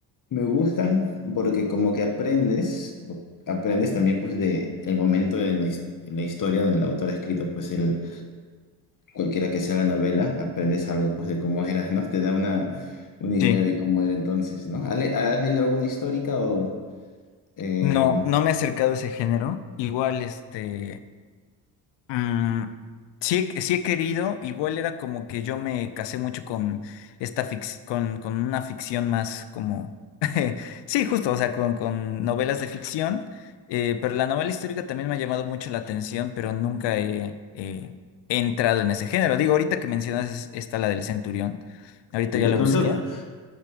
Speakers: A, on the left (about 40°); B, on the left (about 65°).
A: me gustan porque como que aprendes, aprendes también pues de el momento en la, his- en la historia donde el autor ha escrito pues el, cualquiera que sea la novela, aprendes algo pues de cómo era, ¿no? Te da una, una idea
B: Sí.
A: de cómo era entonces, ¿no? ¿Has, le- has leído alguna histórica o...? Eh,
B: No, no me he acercado a ese género. Igual, este. Mm, sí, he- sí he querido, igual era como que yo me casé mucho con esta fic- con, con una ficción más como, <laughs> sí, justo, o sea, con, con novelas de ficción, eh, pero la novela histórica también me ha llamado mucho la atención, pero nunca he, eh, he entrado en ese género. Digo, ahorita que mencionas es- esta, la del Centurión, ahorita ya
A: te
B: la
A: cuento.
B: busqué,